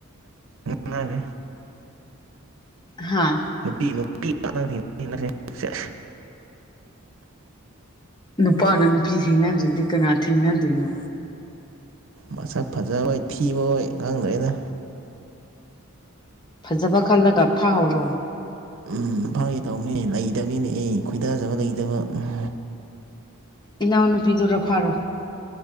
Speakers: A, on the right; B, on the left.
A: ꯁꯅꯒꯦ
B: ꯍꯥꯥ
A: ꯅꯨꯄꯤ ꯅꯨꯄꯤ ꯉꯥꯛꯇꯪ ꯊ
B: ꯅꯨꯄꯥꯅ ꯅꯨꯄꯤ ꯊꯦꯡꯅꯗ꯭ꯔꯗꯤ ꯀꯅꯥ ꯊꯦꯡꯅꯗꯣꯏꯅꯣ
A: ꯃꯁꯛ ꯐꯖꯔꯣꯏ ꯊꯤꯕꯣꯏ ꯉꯥꯡꯗ꯭ꯔꯦꯅ
B: ꯐꯖꯕ ꯈꯜꯂꯒ ꯐꯥꯍꯧꯔꯣ
A: ꯎꯝ ꯐꯥꯒꯦ ꯇꯧꯕꯅꯤ ꯂꯩꯇꯕꯅꯤꯅꯦ ꯑꯦ ꯈꯣꯏꯗꯥꯖꯕ ꯂꯩꯇꯕ ꯎꯝ
B: ꯏꯅꯥꯎꯅꯨꯄꯤꯗꯨꯔꯣ ꯐꯥꯔꯣ